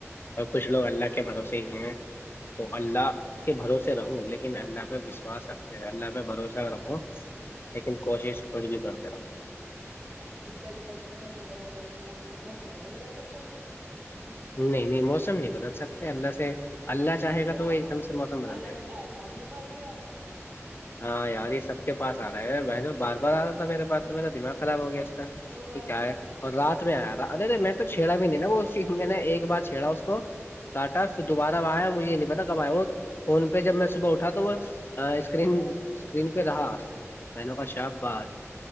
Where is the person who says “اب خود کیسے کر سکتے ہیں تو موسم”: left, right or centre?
Right